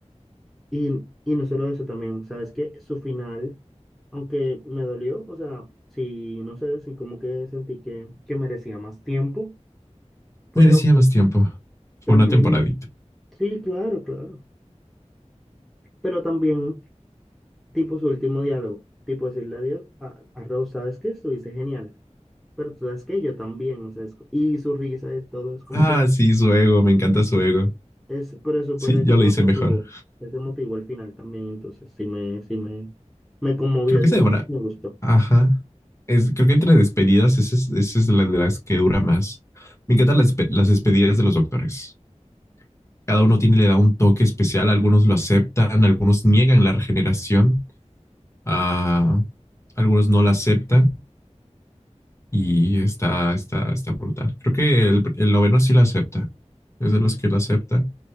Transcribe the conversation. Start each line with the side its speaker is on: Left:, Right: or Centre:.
Centre: Y, y no solo eso también, ¿sabes qué? Su final, aunque me dolió, o sea, sí, no sé, sí como que sentí que, que merecía más tiempo, pero
Left: Merecía más tiempo. Fue
Centre: también,
Left: una temporada.
Centre: sí, claro, claro, pero también, tipo su último diálogo, tipo decirle adiós a, a Rose, ¿sabes qué? Estuviste genial, pero tú sabes que yo también, o sea, es co- y su risa es todo, es como
Left: Ah,
Centre: que,
Left: sí, su ego, me encanta su ego.
Centre: es, pero es súper
Left: Sí, yo
Centre: como
Left: lo hice
Centre: emotivo,
Left: mejor.
Centre: es emotivo al final también, entonces sí me, sí me, me conmovió,
Left: Creo que
Centre: digamos,
Left: se demora.
Centre: me gustó.
Left: Ajá. Es, creo que entre despedidas, esa es, esa es la de las que dura más. Me encantan las, despe- las despedidas de los doctores. Cada uno tiene, le da un toque especial. Algunos lo aceptan, algunos niegan la regeneración, ah, algunos no la aceptan y está, está, está brutal. Creo que el, el noveno sí la acepta. Es de los que la acepta